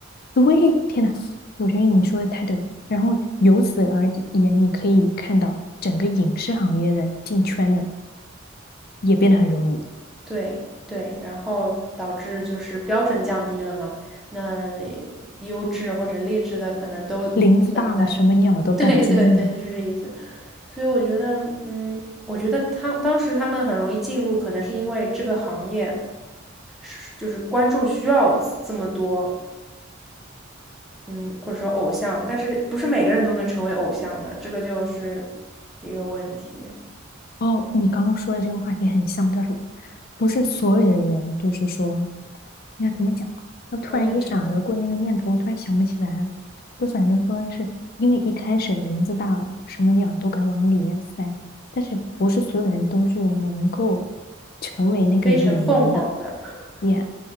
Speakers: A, on the left; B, in the centre.
A: 对，天呐，我觉得你说的太对然后由此而言，你可以看到整个影视行业的进圈的也变得很容易，
B: 对对，然后导致就是标准降低了嘛，那优质或者劣质的可能都存在。
A: 林子大了，什么鸟都敢进。
B: <laughs> 对对对，就是这意思。所以我觉得，嗯，我觉得他当时他们很容易进入，可能是因为这个行业是就是观众需要这么多嗯，或者说偶像，但是不是每个人都能成为偶像的，这个就是一个问题。
A: 哦，你刚刚说的这个话题很像，叫什么？不是所有的人，就是说，应该怎么讲？他突然一闪而过那个念头，
B: 都能成为
A: 我突然想不起来了就反正说是因为一开始林子大了，什么鸟都敢往里面塞，但是不是所有人都是能够成为那个演员的
B: 飞乘凤凰的，<laughs>
A: 演。